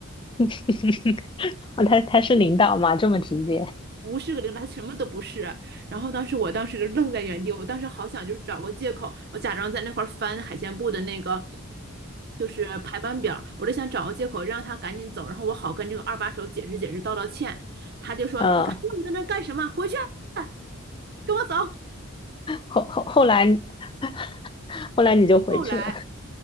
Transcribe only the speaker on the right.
不是个零，他什么都不是。然后当时我当时就愣在原地，我当时好想就是找个借口，我假装在那块儿翻海鲜部的那个就是排班表，我就想找个借口让他赶紧走，然后我好跟这个二把手解释解释，道道歉。他就说：
“你看你在那儿干什么？回去啊，跟我走。”
后来。